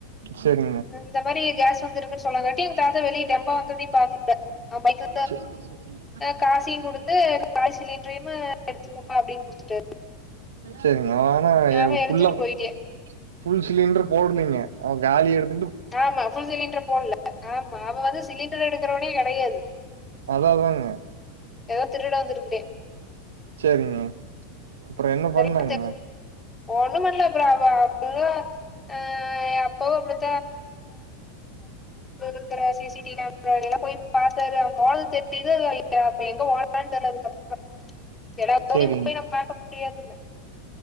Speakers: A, on the right; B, on the left.
A: சேரிங்க
B: இந்த மாரி கேஸ் வந்திருக்குன்னு சொல்லாங்காட்டியு எங்க தாத்தா வெளிய டெம்போ வந்ததையு பாத்தில அவெ பைக்கு
A: செரி <unintelligible>
B: ஆ காசையு குடுத்து காய் சிலிண்டரையு எடுத்துக்கங்கப்பா அப்டின்னு குடுத்துட்டாரு
A: செரிங்க ஆனா ஏ
B: அவ எடுத்துக்கிட்டு
A: ஃபுல்லா வந்து
B: போயிட்டியா
A: ஃபுல் சிலிண்டர் போடலைங்க அவ காலி எடு
B: ஆமா புஃபுல் சிலிண்டர் போடல ஆமா அவன் வந்து சிலிண்டர் எடுக்குறவனே கெடையாது
A: அதா அதாங்க
B: எதோ திருட வந்துருக்குதே
A: சேரிங்க அப்ப என்ன
B: தெரி-
A: பண்ணாங்க
B: ஒண்ணும் பண்ணல அப்றோ அவ அவுங்க அ எப்பவு அப்டித் க்குற சிசிடிவிமரெல்லா போய் பாத்தாரு அவன் போனது தெரியுது அப்ப எங்க போறான்னு தெரியல அதுக்கப்றோ வ எல்லார் தொழிலு
A: சேரிங்க
B: போயி நம்ம பாக்க முடியாதுல்ல